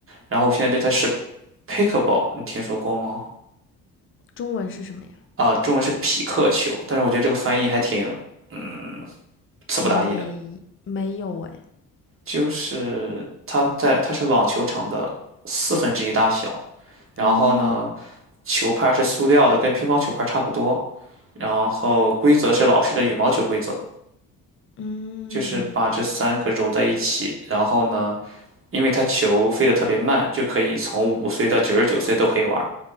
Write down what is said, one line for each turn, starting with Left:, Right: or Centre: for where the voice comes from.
Right: 然后我现在就在是 pickleball，你听说过吗？
Left: 中文是什么呀？
Right: 啊、中文是匹克球，但是我觉得这个翻译还挺，嗯，词不达意的。
Left: 没没有哎。
Right: 就是它在它是网球场的四分之一大小，然后呢，
Left: 哦，
Right: 球拍是塑料的，跟乒乓球拍差不多，然后规则是老式的羽毛球规则，
Left: 嗯。
Right: 就是把这三个揉在一起，然后呢，因为它球飞得特别慢，就可以从五岁到九十九岁都可以玩儿。